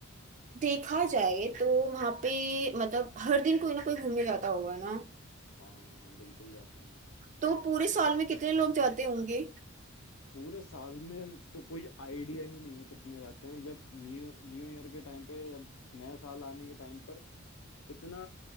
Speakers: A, on the right; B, on the left.
A: देखा जाए तो वहां पे मतलब हर दिन कोई ना कोई घूमने जाता होगा ना
B: हाँ बिल्कुल जाते हैं
A: तो पूरे साल में कितने लोग जाते होंगे
B: पूरे साल में तो कोई आइडिया ही नहीं है कितने जाते हैं जब न्यू न्यू ईयर के टाइम पे जब नया साल आने के टाइम पर इतना